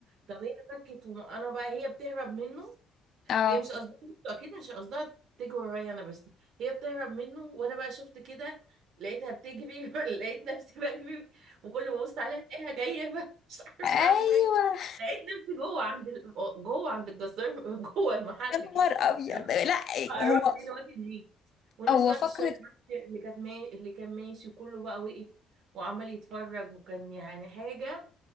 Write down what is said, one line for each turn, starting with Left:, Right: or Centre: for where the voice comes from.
Right: طب هي فكت وأنا بقى هي بتهرب منه
Left: <clears throat> اه
Right: هي مش قصدها اكيد مش قصدها تجري ورايا انا بس هي بتهرب منه وانا بقى شفت كده لقيتها بتجري <laughs> لقيت نفسي بجري وكل ما ابص عليها الاقيها جايه <laughs> بقى، مش عارفه
Left: أيوه
Right: اعمل حاجه لقيت نفسي جوه عند ال... جوه عند الجزار <laughs> جوه المحل
Left: يا نهار
Right: كده
Left: أبيض
Right: اللي
Left: لا
Right: هو هروح
Left: هو
Right: فين واجي منين والناس
Left: هو
Right: بقى
Left: فكرة
Right: في الشارع اللي كانت ما... اللي كان ماشي وكله بقى وقف وعمال يتفرج وكان يعني حاجه